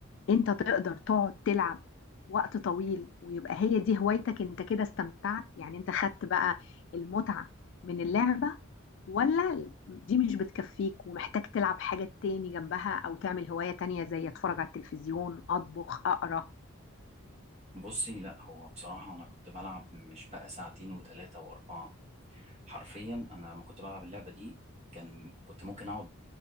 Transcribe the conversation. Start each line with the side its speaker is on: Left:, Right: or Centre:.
Left: انت تقدر تقعد تلعب وقت طويل ويبقى هي دي هوايتك انت كده استمتعت يعني انت خدت بقى المتعة من اللعبة ولا دي مش بتكفيك ومحتاج تلعب حاجة تاني جنبها او تعمل هواية تانية زي اتفرج على التلفزيون اطبخ اقرا
Right: <laughs> بصي لا هو بصراحة انا كنت بلعب مش بقى ساعتين وثلاثة واربعة حرفيا انا لما كنت بلعب اللعبة دي كان كنت ممكن اقعد